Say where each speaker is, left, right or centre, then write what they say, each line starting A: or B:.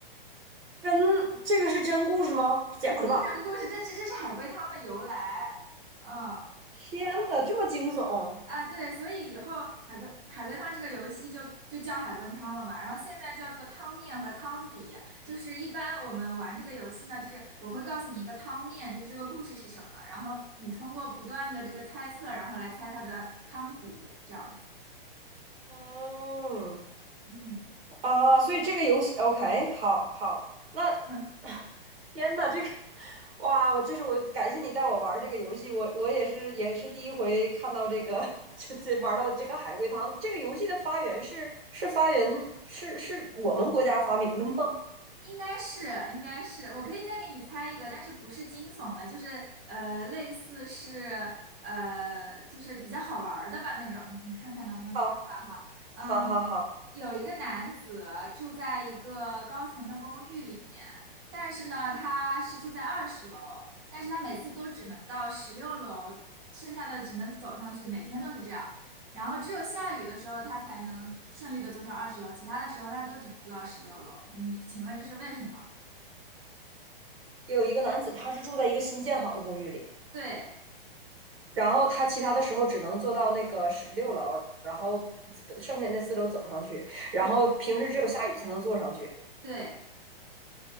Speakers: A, on the right; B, on the right.
A: 真这个是真故事吗？
B: <laughs>
A: 假的吧？
B: 这不是真故事，这是这是海龟汤的由来。嗯
A: 天哪，这么惊悚！
B: 啊，对，所以以后海龟海龟汤这个游戏就就叫海龟汤了嘛。然后现在叫做汤面和汤底，就是一般我们玩这个游戏呢，就是我会告诉你一个汤面，就是这个故事是什么，然后你通过不断的这个猜测，然后来猜它的汤底，这样子。
A: 嗯，
B: 嗯
A: 啊，所以这个游戏，OK，好好，那
B: 嗯，
A: <laughs> 天呐，这个哇，我这是我感谢你带我玩儿这个游戏，我我也是也是第一回看到这个 <laughs> 这这玩到这个海龟汤。这个游戏的发源是是发源是是我们国家发明的吗？
B: 应该是，应该是，我可以再给你猜一个，但是不是惊悚的，就是呃，类似是呃，就是比较好玩儿的吧那种，你你看看能不能猜到哈？
A: 好，
B: 嗯、
A: 好，好，好，
B: 有一个男子住在一个高层的公寓里面，但是呢，他是住在二十楼，但是他每次都只能到十六楼，剩下的只能走上去，每天都是这样。然后只有下雨的时候，他才能顺利的坐上二十楼，其他的时候他都只能坐到十六楼。你请问这是为什么？
A: 有一个男子，他是住在一个新建好的公寓里，
B: 对
A: 然后他其他的时候只能坐到那个十六楼，然后剩下那四楼走上去，然后平时只有下雨才能坐上去。
B: 对，对，